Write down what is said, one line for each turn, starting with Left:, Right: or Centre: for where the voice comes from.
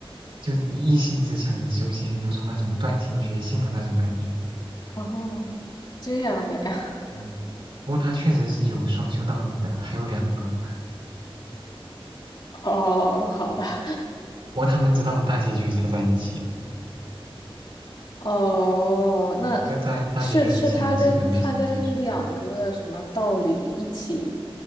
Right: 就是一一心只想着修仙，有种那种断情绝性的那种感觉。
Left: 哦，这样的呀。
Right: 嗯，不过他确实是有双修道侣的，还有两个。
Left: <laughs> 哦，好吧，
Right: 嗯，不过他们直到了大结局才在一起。
Left: 哦，
Right: 嗯，
Left: 那是是他跟他跟两个什么道理一起，
Right: 就在大结局之前基本没怎么接触。